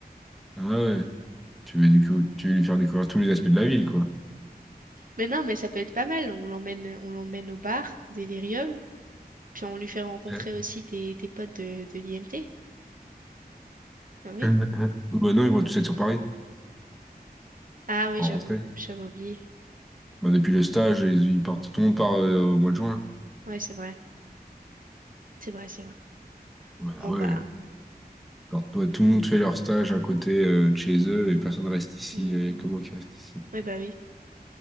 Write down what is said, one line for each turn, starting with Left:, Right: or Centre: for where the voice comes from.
Centre: Ah ouais, tu veux, décou- tu veux lui faire découvrir tous les aspects de la ville, quoi.
Right: Mais non, mais ça peut être pas mal. On l'emmène, on l'emmène au bar, au Délirium. Puis on lui fait rencontrer
Centre: Hein
Right: aussi tes, tes potes de, de l'IMT. Ah oui.
Centre: Oui, Bah non, ils vont tous être sur Paris
Right: Ah oui,
Centre: en
Right: j'avoue,
Centre: rentrée.
Right: j'avais oublié.
Centre: Bah, depuis le stage, ils, ils partent, tout le monde part euh, au mois de juin.
Right: Ouais, c'est vrai. C'est vrai, c'est vrai.
Centre: Ouais, Bah,
Right: Bon
Centre: ouais.
Right: bah.
Centre: Alors, toi, tout le monde fait leur stage à côté euh, de chez eux et personne reste ici.
Right: hmm.
Centre: Euh, Comment qui reste ici?
Right: Ouais, bah oui.